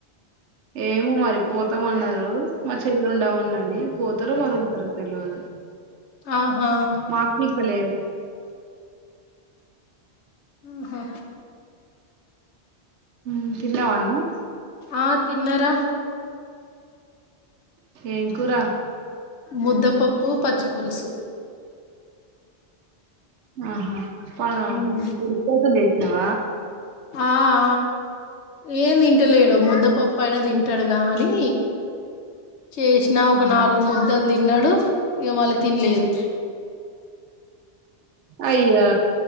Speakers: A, on the right; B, on the left.
A: ఏమో మరి పోతామన్నారు మా చెల్లె ఉండమన్నది పోతారో మరి ఉంటారో తెల్వదు
B: ఆహా
A: మా <unintelligible> లే
B: ఆహా
A: మ్మ్ తిన్నవా అన్నం
B: ఆ తిన్న రా
A: ఏం కూర
B: ముద్దపప్పు పచ్చి పులుసు
A: ఉహూ ఫోన్
B: ఉమ్.
A: మీ కొడుకు కోసం చేసినావా
B: ఆ ఆ ఏంది తింటలేడు ముద్దపప్పు అయినా తింటాడు గా అనీ చేసినా ఒక
A: ఆహా
B: నాలుగు ముద్దలు తిన్నాడు ఇగా మళ్ళీ తినలేదు
A: అయ్యో